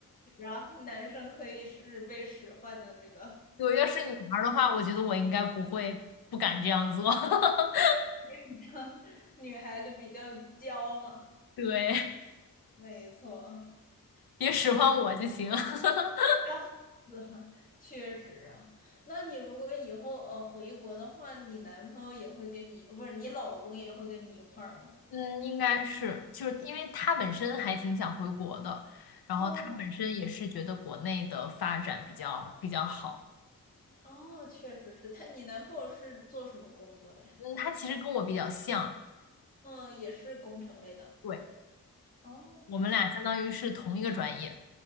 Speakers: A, on the left; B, on the left.
A: 然后男生可以是被使唤的这个，
B: 我要是女孩的话，我觉得我应该不会不敢这样做。<laughs>
A: <laughs> 女孩就比较娇嘛，
B: 对，
A: 没错，
B: 别使唤我就行。<laughs>
A: 笑死了，确实啊。那你如果以后呃回国的话，你男朋友也会跟你，不是你老公也会跟你一块儿吗？
B: 嗯，应该是，就是因为他本身还挺想回国的，然后他本身也是觉得国内的发展比较比较好。
A: 哦，哦，确实是他，你男朋友是做什么工作的呀？
B: 嗯，他其实跟我比较像，
A: 嗯，也是工程类的。
B: 对，
A: 哦，
B: 我们俩相当于是同一个专业。
A: 挺好